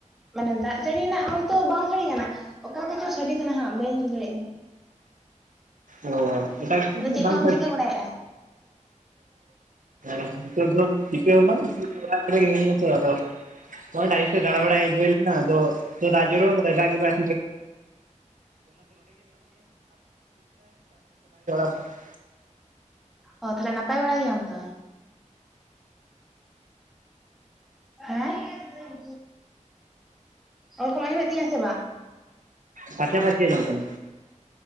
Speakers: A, in the centre; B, on the right.
A: ᱢᱟᱱᱮ ᱫᱟᱜ ᱡᱟᱹᱲᱤ ᱨᱮᱱᱟᱜ ᱟᱣᱟᱡ ᱫᱚ ᱵᱟᱝ ᱥᱟᱲᱮ ᱠᱟᱱᱟ᱾ ᱚᱠᱟ ᱛᱮ ᱪᱚ ᱥᱟᱰᱮ ᱠᱟᱱᱟ ᱦᱟᱸᱜ ᱵᱟᱹᱧ ᱞᱮᱭ ᱫᱟᱲᱮᱜ ᱠᱟᱱᱟ᱾
B: ᱚ ᱮᱴᱟᱜ ᱠᱤᱫᱷᱩ
A: ᱛᱟᱦᱚᱞᱮ
B: ᱫᱚ
A: ᱪᱮᱫ
B: ᱡᱟᱱᱤᱡ ᱵᱟᱝ
A: ᱠᱚᱢ
B: ᱥᱟᱰᱮ
A: ᱪᱤᱠᱟᱹ
B: ᱠᱟᱱᱟ᱾
A: ᱵᱟᱲᱟᱭᱮᱫᱼᱟ
B: ᱦᱮᱸ ᱱᱤᱛᱚᱜ ᱫᱚ ᱪᱤᱠᱟᱹ ᱦᱚᱸ ᱵᱟᱝ᱾ ᱱᱤᱛᱚᱜ ᱫᱚ ᱚᱲᱟᱜ ᱠᱚᱨᱮ ᱜᱮ ᱢᱤᱱᱟᱹᱧᱟ ᱛᱚ ᱟᱫᱚ ᱱᱚᱜ-ᱚᱭ ᱰᱟᱹᱦᱤ ᱥᱮᱫ ᱫᱟᱲᱟ ᱵᱟᱲᱟ ᱦᱮᱡ ᱦᱩᱭ ᱞᱮᱱᱟ ᱟᱫᱚ ᱫᱟᱜ ᱡᱚᱨᱚ ᱠᱟᱫᱟᱭ᱾ ᱫᱟᱜ ᱠᱮᱫᱟᱭ <unintelligible>
A: ᱚ ᱛᱟᱞᱦᱮ ᱱᱟᱯᱟᱭ ᱵᱟᱲᱟ ᱜᱮᱭᱟᱢ ᱛᱚ ᱟᱢ? ᱦᱮᱸ᱾ ᱚᱞ ᱠᱚᱢ ᱟᱸᱡᱚᱢᱮᱫ ᱛᱤᱧᱟᱹ ᱥᱮ ᱵᱟᱝ?
B: ᱯᱷᱟᱨᱪᱟ ᱯᱷᱟᱨᱪᱤ ᱟᱡᱚᱢᱚᱜ ᱠᱟᱱᱟ᱾